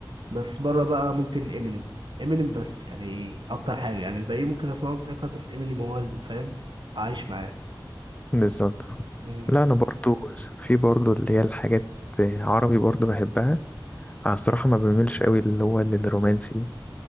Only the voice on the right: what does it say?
بس بره بقى ممكن امينيم امينيم بس يعني اكتر حاجه يعني الباقيين ممكن اسمعهم تراك بس امينيم هو اللي فاهم عايش معاه
مم.